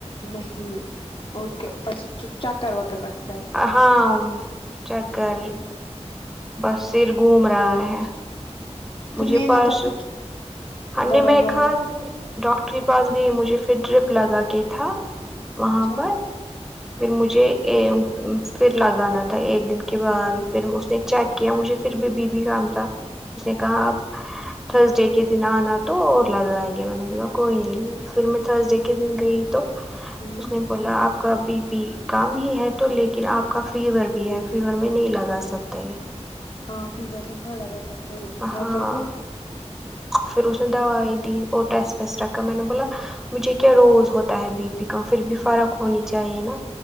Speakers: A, on the left; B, in the centre.
A: نہیں اور کیا اوپر سے تو چو چا کروا کر لاتا ہے
B: ہاں چکر بس سر گھوم رہا ہے مجھے
A: پھر لینا
B: پرسوں
A: تھا کچھ
B: ہم
A: دوائی
B: نے میں
A: ووائی
B: کھا ڈاکٹر کے پاس گئی مجھے پھر ڈیرپ لگا کے تھا وہاں
A: اچھا
B: پر پھر مجھے اے پھر لگانا تھا ایک دن کے بعد پھر اس نے چیک کیا مجھے پھر بھی بی پی کم تھا اس نے کہا اب تھرز ڈے کے دن آنا تو اور لگائیں گے میں نے بولا کوئی نہیں پھر میں تھرز ڈے کے دن گئی تو
A: ہوں
B: اس نے بولا آپ کا بی پی کم ہی ہے تو لیکن آپ کا فیور بھی ہے فیور میں نہیں لگا سکتے ہیں
A: ہاں فیور میں کہاں لگا سکتے ہیں
B: ہاں
A: آتا نہیں
B: پھر اس نے دوائی دی اور ٹس ویسٹ رکھا میں نے بولا مجھے کیا روز ہوتا ہے بی پی کا پھر بھی فرق ہونی چاہیے نا